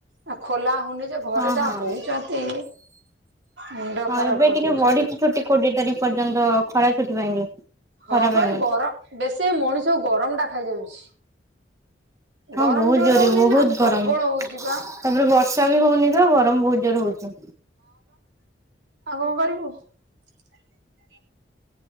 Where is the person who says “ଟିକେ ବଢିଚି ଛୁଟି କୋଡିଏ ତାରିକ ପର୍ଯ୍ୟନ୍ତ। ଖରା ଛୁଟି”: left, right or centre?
Right